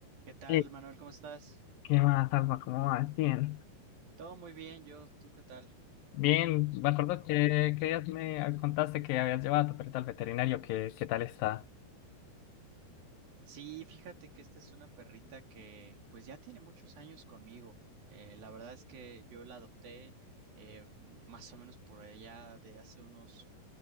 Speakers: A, on the right; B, on the left.
A: ¿Qué tal,
B: Eh,
A: Manuel? ¿Cómo estás?
B: ¿Qué más, Alba? ¿Cómo vas? Bien.
A: Todo muy bien, yo, ¿tú qué tal?
B: Bien, me acuerdo que, que días me contaste que habías llevado a tu perrita al veterinario. ¿Qué, qué tal está?
A: Sí, fíjate que esta es una perrita que pues ya tiene muchos años conmigo. Eh, la verdad es que yo la adopté eh, más o menos por allá de hace unos